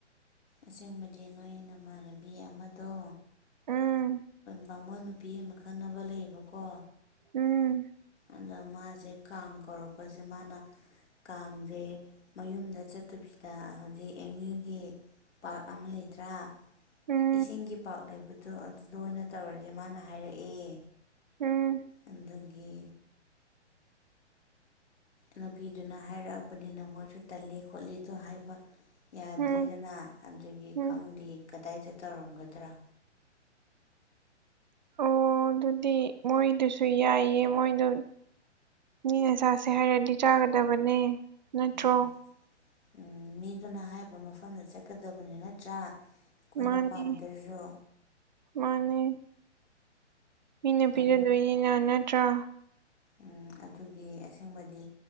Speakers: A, on the left (about 70°); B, on the right (about 40°).
A: ꯑꯁꯦꯡꯕꯗꯤ ꯅꯣꯏ ꯅꯃꯥꯟꯅꯕꯤ ꯑꯃꯗꯣ
B: ꯎꯝ
A: ꯕꯥꯥꯃꯣꯟ ꯅꯨꯄꯤ ꯑꯃ ꯈꯪꯅꯕ ꯂꯩꯌꯦꯕꯀꯣ
B: ꯎꯝ
A: ꯑꯗ ꯃꯥꯖꯦ ꯀꯥꯡ ꯀꯧꯔꯛꯄꯖꯦ ꯃꯥꯅ ꯀꯥꯡꯖꯦ ꯃꯌꯨꯝꯗ ꯆꯠꯇꯕꯤꯗ ꯍꯧꯖꯤꯛ ꯑꯦꯝ ꯌꯨꯒꯤ ꯄꯥꯛ ꯑꯃ ꯂꯩꯇ꯭ꯔꯥ
B: ꯎꯝ
A: ꯏꯁꯤꯡꯒꯤ ꯄꯥꯛ ꯂꯩꯕꯗꯣ ꯑꯗꯨꯗ ꯑꯣꯏꯅ ꯇꯧꯔꯖꯦ ꯃꯥꯅ ꯍꯥꯏꯔꯛꯑꯦ
B: ꯎꯝ
A: ꯑꯗꯨꯒꯤ ꯅꯨꯄꯤꯗꯨꯅ ꯍꯥꯏꯔꯛꯑꯕꯅꯤꯅ ꯃꯣꯏꯁꯨ ꯇꯜꯂꯤ ꯈꯣꯠꯂꯤꯗꯣ ꯍꯥꯏꯕ ꯌꯥꯗ꯭ꯔꯦꯗꯅ
B: ꯎꯝ
A: ꯑꯗꯨꯒꯤ
B: ꯎꯝ
A: ꯈꯪꯗꯤ ꯀꯗꯥꯏꯗ ꯇꯧꯔꯝꯒꯗ꯭ꯔꯥ
B: ꯑꯣ ꯑꯗꯨꯗꯤ ꯃꯣꯏꯗꯨꯁꯨ ꯌꯥꯏꯌꯦ ꯃꯣꯏꯗꯣ ꯃꯤꯅ ꯆꯥꯁꯦ ꯍꯥꯏꯔꯗꯤ ꯆꯥꯒꯗꯕꯅꯦ ꯅꯠꯇ꯭ꯔꯣ
A: ꯎꯝ ꯎꯝ ꯃꯤꯗꯨꯅ ꯍꯥꯏꯔꯤꯕ ꯃꯐꯝꯗ ꯆꯠꯀꯗꯕꯅꯤ ꯅꯠꯇ꯭ꯔꯥ ꯑꯩꯈꯣꯏꯅ
B: ꯃꯥꯅꯦ
A: ꯄꯥꯝꯗ꯭ꯔꯁꯨ
B: ꯃꯥꯅꯦ ꯃꯤꯅ ꯄꯤꯌꯥꯗꯣꯏꯅꯤꯅ
A: ꯑꯗꯨ
B: ꯅꯠꯇ꯭ꯔꯥ
A: ꯎꯝ ꯑꯗꯨꯒꯤ ꯑꯁꯦꯡꯕꯗꯤ